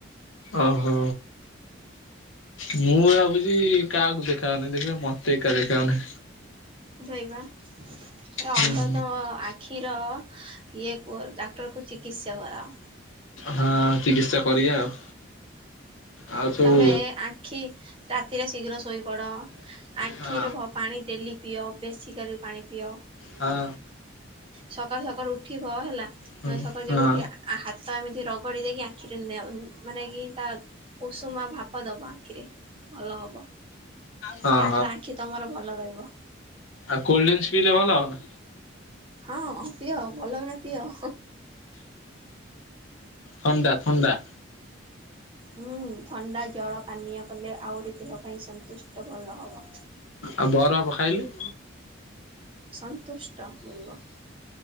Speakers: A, on the left (about 75°); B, on the right (about 25°).
A: ଓହୋ। ମୁଁ ଭାବୁଛି କାହାକୁ ଦେଖା ହଉନି ଦେଖିବା ମତେ ଏକା ଦେଖା ହାଉନି।
B: ସେଇପା ଏ ଅନ୍ଧ
A: ହୁଁ
B: ତ ଆ କ୍ଷୀର ଇଏ ଡାକ୍ତରକୁ ଚିକିତ୍ସା କରାଅ।
A: ହଁ ଚିକିତ୍ସା କରିବା ଆଉ। ଆଉ ସବୁ
B: ତମେ ଆଖି ରାତିରେ ଶୀଘ୍ର ଶୋଇପଡ। ଆଖିରେ
A: ହଁ
B: ପାଣି ଡେଲି ପିଅ ବେଶୀ କରି ପାଣି ପିଅ।
A: ହଁ।
B: ସକାଳୁ ସକାଳୁ ଉଠିବ ହେଲା
A: ହଁ
B: ସକାଳୁ
A: ହଁ
B: ଯେବେ
A: ହଁ
B: ଉଠିବା ଆ ହାତ ଏମିତି ରଗଡି ଦେଇକି ଆଖିରେ ମାନେ କି ତା ଉଷୁମା ଭାପ ଦେବ ଆଖିରେ ଭଲ ହବ।
A: ହଁ
B: ଯାଦ୍ୱାରାଆଖି ତମର ଭଲ ରହିବ।
A: ଆ କୋଲଡ୍ରିଙ୍କସ ପିଇଲେ ଭଲ ହବ ନା?
B: ହଁ ପିଅ ଭଲକିନା ପିଅ।
A: ଥଣ୍ଡା ଥଣ୍ଡା।
B: ହୁଁ ଥଣ୍ଡା ଜଳ ପାନୀୟ କଲେ ଆହୁରି ଦେହ ପାଇଁ ସନ୍ତୁଷ୍ଟ ଭଲ ହବ।
A: ଆଉ ବରଫ ଖାଇଲେ?
B: ସନ୍ତୁଷ୍ଟ ମିଳିବ।